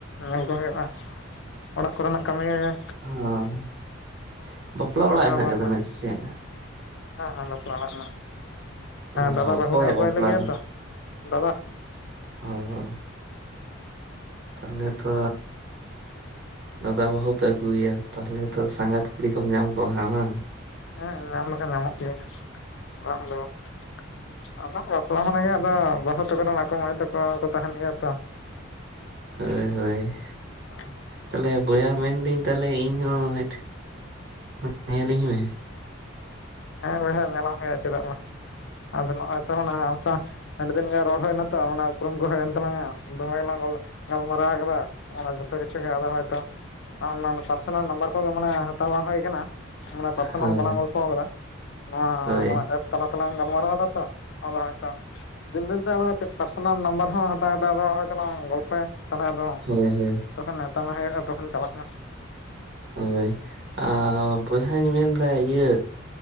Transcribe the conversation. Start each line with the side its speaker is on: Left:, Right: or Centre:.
Left: ᱧᱮᱞ ᱠᱚ ᱦᱳᱭᱳᱜᱼᱟ ᱚᱲᱟᱜ ᱠᱚᱨᱮᱱᱟᱜᱠᱟᱹᱢᱤ ᱜᱮ
Right: ᱚ ᱵᱟᱯᱞᱟ
Left: ᱥᱟᱯᱲᱟᱣ
Right: ᱚᱲᱟᱜ ᱦᱮᱱᱟᱜ
Left: ᱨᱮᱱᱟᱜ
Right: ᱟᱠᱟᱫᱟ ᱥᱮᱜ?
Left: ᱦᱮᱸ ᱦᱮᱸ ᱵᱟᱯᱞᱟ ᱚᱲᱟᱜ ᱨᱮᱱᱟᱜ
Right: ᱚ
Left: ᱫᱟᱫᱟ
Right: ᱚᱠᱚᱭᱟᱜ
Left: ᱵᱟᱹᱦᱩ ᱞᱮ ᱟᱹᱜᱩᱣᱟᱭ
Right: ᱵᱟᱯᱞᱟ
Left: ᱞᱟᱹᱜᱤᱫ ᱟᱛᱚ ᱫᱟᱫᱟ
Right: ᱩᱸ ᱦᱩᱸ ᱛᱟᱦᱟᱞᱮ ᱛᱚ, ᱫᱟᱫᱟ ᱵᱟᱹᱦᱩ ᱯᱮ ᱟᱜᱩ ᱟᱭᱟ᱾ ᱛᱟᱦᱚᱞᱮ ᱛᱚ ᱥᱟᱸᱜᱟᱛ ᱠᱩᱲᱤ ᱠᱚᱢ ᱧᱟᱢ ᱠᱚᱣᱟ ᱦᱟᱜ ᱵᱟᱝ᱾
Left: ᱦᱮᱸ ᱧᱟᱢ ᱫᱚ ᱠᱚ ᱧᱟᱢᱚᱜ ᱜᱮᱭᱟ ᱵᱟᱝ ᱫᱚ ᱵᱟᱝ᱾ ᱟᱫᱚ ᱵᱟᱯᱞᱟ ᱢᱟᱱᱮ ᱜᱮ ᱟᱫᱚ ᱵᱟᱹᱦᱩ ᱛᱟᱠᱚᱨᱮᱱ ᱟᱠᱚ ᱢᱟᱹᱭ ᱛᱟᱠᱚ ᱠᱚ ᱛᱟᱦᱮᱱ ᱜᱮᱭᱟ ᱛᱚ᱾
Right: ᱦᱳᱭ ᱦᱳᱭ
Left: ᱚᱸ
Right: ᱛᱟᱦᱞᱮ ᱵᱚᱭᱦᱟ ᱢᱮᱱᱫᱟᱹᱧ ᱛᱟᱦᱞᱮ ᱤᱧ ᱦᱚᱸ <inaudible> ᱧᱮᱞᱤᱧ ᱢᱮ᱾
Left: ᱦᱮᱸ ᱵᱚᱭᱦᱟ ᱧᱮᱞᱟᱢ ᱦᱳᱭᱳᱜᱼᱟ ᱪᱮᱫᱟᱜ ᱵᱟᱝ, ᱟᱫᱚ ᱱᱚᱜᱼᱚᱭ ᱛᱚ ᱚᱱᱟ ᱟᱢ ᱥᱟᱣ ᱟᱹᱰᱤ ᱫᱤᱱ ᱜᱮ ᱨᱚᱲ ᱦᱳᱭᱱᱟ ᱛᱚ ᱚᱱᱟ ᱩᱯᱨᱩᱢ ᱠᱚ ᱦᱳᱭᱮᱱ ᱛᱟᱞᱟᱝᱼᱟ, ᱫᱚᱢᱮ ᱜᱮᱞᱟᱝ ᱜᱚᱞ ᱜᱟᱞᱢᱟᱨᱟᱣ ᱠᱟᱫᱟ ᱚᱱᱟ ᱡᱷᱚᱛᱚ ᱠᱤᱪᱷᱩ ᱜᱮ ᱟᱫᱚ ᱦᱚᱭᱛᱚ ᱟᱱ ᱱᱟᱱ ᱯᱟᱨᱥᱚᱱᱟᱞ ᱱᱟᱢᱵᱟᱨ ᱠᱚᱜᱮ ᱢᱟᱱᱮ ᱦᱟᱛᱟᱣ ᱵᱟᱝ ᱦᱳᱭ ᱠᱟᱱᱟ ᱢᱟᱱᱮ ᱯᱟᱨᱥᱚᱱᱟᱞ
Right: ᱦᱳᱭ
Left: ᱵᱟᱞᱟᱝ ᱜᱚᱞᱯᱷᱚ ᱠᱟᱫᱟ᱾ ᱱᱚᱣᱟ
Right: ᱦᱳᱭ
Left: ᱱᱚᱣᱟ ᱮᱯ ᱛᱟᱞᱟ ᱛᱮᱞᱟᱝ ᱜᱟᱞᱢᱟᱨᱟᱣ ᱫᱟ ᱛᱚ ᱟᱫᱚ ᱦᱚᱭᱛᱚ ᱫᱤᱱ ᱫᱤᱱ ᱛᱮ ᱟᱫᱚ ᱪᱮᱫ ᱯᱟᱨᱥᱚᱱᱟᱞ ᱱᱟᱢᱵᱟᱨ ᱦᱚᱸ ᱦᱟᱛᱟᱣ ᱠᱟᱛᱮᱫ ᱟᱫᱚ ᱦᱚᱭ ᱛᱚᱞᱟᱝ ᱜᱚᱞᱯᱷᱚᱭᱟ᱾ ᱛᱟᱦᱚᱞᱮ ᱟᱫᱚ
Right: ᱦᱳᱭ ᱦᱳᱭ
Left: ᱛᱚᱠᱷᱚᱱ ᱱᱮᱶᱛᱟ ᱢᱟ ᱦᱩᱭᱩᱜᱼᱟ ᱛᱚᱠᱷᱚᱱ ᱪᱟᱞᱟᱜ ᱢᱮ᱾
Right: ᱦᱳᱭ ᱟᱻ ᱵᱚᱭᱦᱟᱧ ᱢᱮᱱᱫᱟ ᱤᱭᱟᱹ